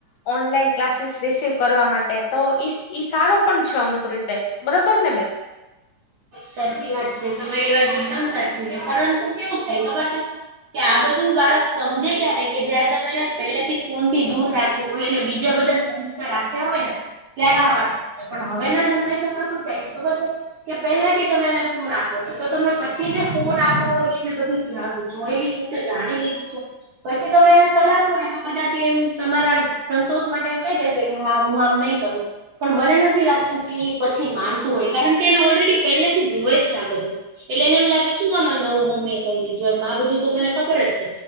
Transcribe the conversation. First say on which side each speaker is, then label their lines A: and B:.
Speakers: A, on the left; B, on the right.
A: ઓનલાઈન ક્લાસીસ રિસીવ કરવા માટે તો ઈ ઈ સારું પણ છે અમુક રીતે બરોબર ને બેન
B: સાચી વાત છે તમારી વાત એકદમ સાચી છે પરંતુ કેવું થાય ખબર છે કે આ બધું બાળક સમજે ક્યારે કે જયારે તમે એને પહેલેથી ફોન થી દૂર રાખ્યું હોય ને બીજા બધા સંસ્કાર આપયા હવે ત્યારે આ વાત સમજાય પણ હવેના જનરેશન માં શું થાય છે ખબર છે કે પહેલેથી તમે એને ફોન આપો છો તો તમે પછી જે ફોન આપવો હોય એને બધું જણાવ જોઈ લીધું છે જાણી લીધું છે. પછી તમે એને સલાહ આપો ને તો કદાચ એમ તમારા સંતોષ માટે એમ કઈ દેશે હા હું આમ નહી કરું પણ મને નથી લાગતું કે પછી માનતું હોય કારણ ને ઓલરેડી પહેલેથી જુએ જ છે આ બધું એટલે એને એમ લાગે <unintelligible> દીધું આ બધું તો મને ખબર જ છે.